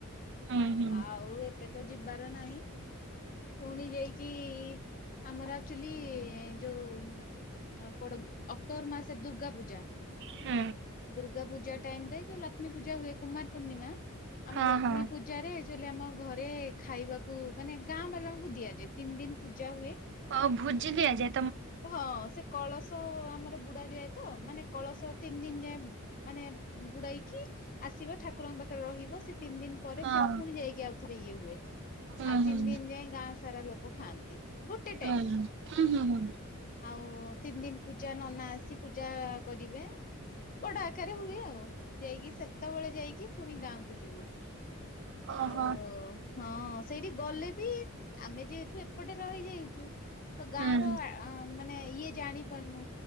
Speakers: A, on the right (about 55°); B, on the left (about 40°).
A: ହୁଁ ହୁଁ
B: ଆଉ ଏବେ ତ ଯିବାର ନାହିଁ। ପୁଣି ଯାଇକି, ଆମର ଏକ୍ଟୁଲି ଯୋଉ କଡ ଅକ୍ଟୋବର ମାସ ଦୁର୍ଗାପୂଜା।
A: ହୁଁ
B: ଦୁର୍ଗାପୂଜା ଟାଇମରେ ଯଉ ଲକ୍ ଲକ୍ଷ୍ମୀ ପୂଜା ହୁଏ କୁମାର ପୂର୍ଣ୍ଣିମା। ଆମ
A: ହଁ
B: ଲକ୍ଷ୍ମୀ
A: ହଁ
B: ପୂଜା ପୂଜରେ ଏକ୍ଟୁଆଲି ଆମ ଘରେ ଖାଇବାକୁ ମାନେ ଗାଁବାଲାଙ୍କୁ ଦିଆଯାଏ। ମାନେ ତିନି ଦିନ ପୂଜା ହୁଏ
A: ହଁ ଭୋଜି ଦିଆ ଯାଏ।
B: ହଁ ସେ କଳସ ଆମର ବୁଡା ଯାଏ ତ, ମାନେ କଳସ ତିନିଦିନ ଯାଏ ମାନେ ବୁଡେଇକି ଆସିବ, ଠାକୁରଙ୍କ ପାଖରେ ରହିବ। ସେ ତିନି ଦିନ ପରେ
A: ହଁ
B: ସେ ପୁଣି ଯାଇକି ଆଉଥରେ ଇଏ ହୁଏ।
A: ହୁଁ
B: ଆଉ ତିନି
A: ହୁଁ
B: ଦିନ ଯାଏ ଗାଁ ସାରା ଲୋକ ଖାଆନ୍ତି। ଗୋଟେ ଟାଇମ
A: ହୁଁ ହୁଁ ହୁଁ ହୁଁ।
B: ଆଉ ତିନି ଦିନ ପୂଜା, ନନା ଆସି ପୂଜା କରିବେ। ପଡା ଆକାରରେ ହୁଏ ଆଉ। ଯାଇକି ସେତେବେଳେ ଯାଇକି ପୁଣି ଗାଁକୁ ଯିବୁ।
A: ଓହୋ
B: ଆଉ ହଁ ସେଇଠି ଗଲେ ବି, ଆମେ ଯେହେତୁ ଏପଟେ ରହିଯାଇଛୁ, ତ ଗାଁର
A: ହୁଁ
B: ଆ ଆ ମାନେ ଇଏ ଜାଣିପାରୁନୁ।